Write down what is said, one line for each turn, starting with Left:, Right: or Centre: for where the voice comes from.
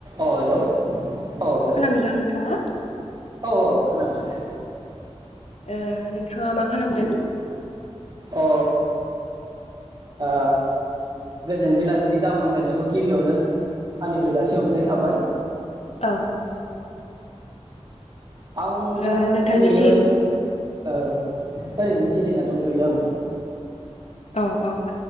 Right: औ हेलौ औ हेलौ
Left: खोनादोंना नोंथाङा
Right: औ औ खोनादो दे
Left: ए नोंथाङा मा खालामदों
Right: अ आ गोजोन बेलासिनि गाहाम हामलायनायखौ गिबियावनो आंनिफ्राय जासिहरग्रोननाय थाबाय
Left: औ
Right: आं दा
Left: ओ नोंथांनिसिम
Right: ओरैनो औ ओरैनो जिरायना दंथ'यो आं
Left: औ औ